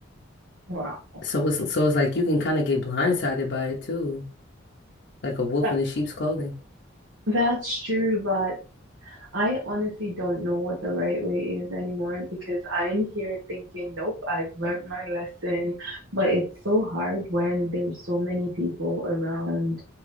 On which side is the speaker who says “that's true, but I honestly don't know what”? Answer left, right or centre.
Right